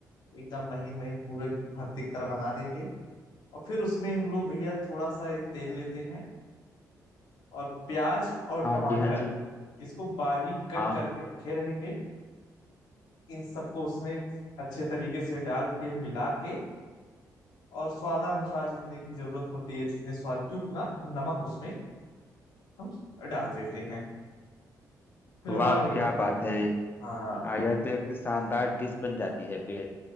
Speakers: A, on the left; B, on the left.
A: एकदम महीन महीन पूरे भरते की तरह बना देंगे और फिर उसमें हम लोग भैया थोड़ा सा तेल लेते हैं और प्याज और
B: हाँ
A: टमाटर
B: जी हाँ जी
A: इसको बारीक कट
B: हाँ
A: करके रखे रहेंगे इन सबको उसमें अच्छे तरीके से डाल के मिला के और स्वादानुसार जितने की जरूरत होती है जितने स्वाद की उतना नमक उसमें हम डाल देते हैं फिर हमारा
B: वाह
A: भैया
B: क्या बात है
A: हाँ
B: हाँ यह तो एक शानदार डिश बन जाती है फिर